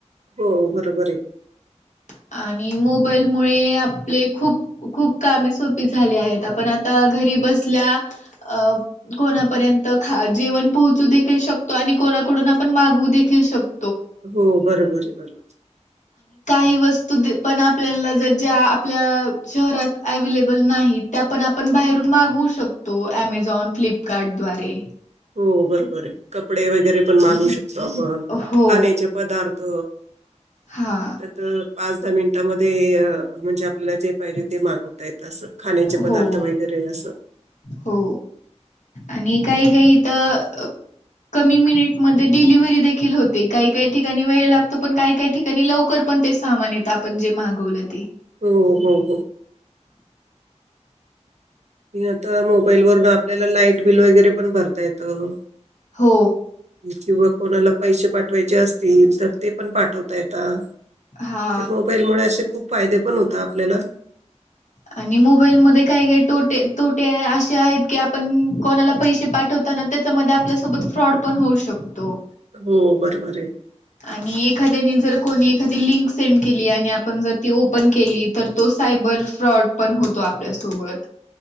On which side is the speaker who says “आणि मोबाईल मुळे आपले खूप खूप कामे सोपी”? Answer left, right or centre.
Left